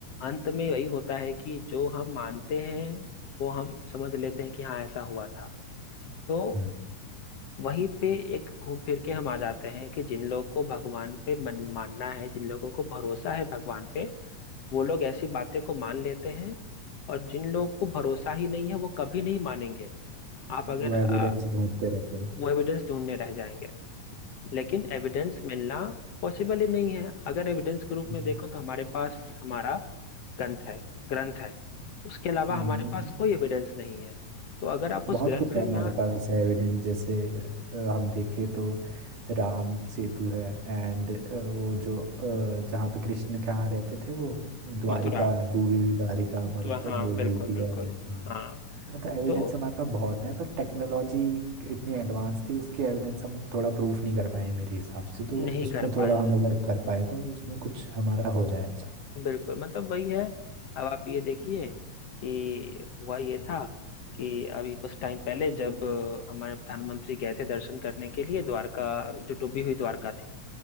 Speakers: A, on the left (about 55°); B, on the right (about 70°).
A: अंत में वही होता है कि जो हम मानते हैं वो हम समझ लेते हैं कि हाँ ऐसा हुआ था तो
B: हम्म।
A: वहीं पे एक घूम फिर के हम आ जाते हैं कि जिन लोगों को भगवान पे मन मानना है जिन लोगों को भरोसा है भगवान पे वो लोग ऐसी बातें को मान लेते हैं और जिन लोगों को भरोसा ही नहीं है वो कभी नहीं मानेंगे आप अगर
B: वो एविडेंस
A: आ,
B: ढूंढते रहते हैं
A: वो एविडेंस ढूंढने रह जाएंगे लेकिन एविडेंस मिलना पॉसिबल ही नहीं है अगर एविडेंस के रूप
B: हम्म,
A: में देखो तो हमारे पास हमारा ग्रंथ है ग्रंथ है उसके अलावा
B: हम्म,
A: हमारे
B: उसमें
A: पास कोई एविडेंस नहीं है तो अगर आप
B: बहुत
A: उस ग्रंथ
B: कुछ है
A: में
B: हमारे पास है एविडेंस जैसे अ, हम देखें तो राम सेतु है एंड वो जो अ, जहाँ पे कृष्ण के यहाँ रहते थे वो द्वारिका
A: मथुरा
B: डूबी हुई द्वारिका मरुथल
A: तो हाँ
B: वो
A: बिल्कुल
B: मिलती
A: बिल्कुल
B: है हमें हाँ
A: हाँ
B: मतलब एविडेंस
A: तो
B: हमारे पास बहुत है पर टेक्नोलॉजी इतनी एडवांस थी उसके एविडेंस हम थोड़ा प्रूफ नहीं कर पाए हैं मेरे हिसाब से तो
A: नहीं
B: उसमें
A: कर
B: थोड़ा
A: पाए हैं
B: हम अगर कर पाए तो उसमें कुछ हमारा हो जाए अच्छा
A: बिल्कुल मतलब वही है अब आप ये देखिए कि हुआ ये था कि अभी कुछ टाइम पहले जब अ, हमारे प्रधानमंत्री गए थे दर्शन करने के लिए द्वारका जो डूबी हुई द्वारका थी